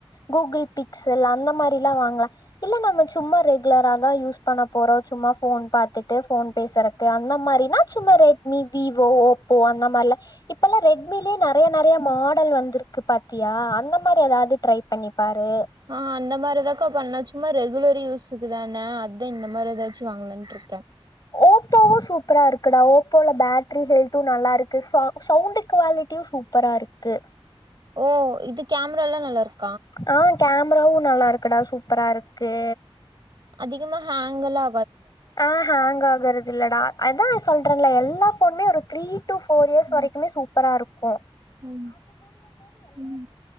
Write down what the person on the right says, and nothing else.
ஆ அந்த மாரிதாக்கா பண்ண சும்மா ரெகுலர் கு யூசுக்கு தான அதா இந்த மாரி ஏதாச்சும் வாங்கலான்ட்ருக்கே
ஓ இது கேமரா எல்லா நல்லா இருக்
அதிகமா ஹேங்கலா
ம்
ம் ம்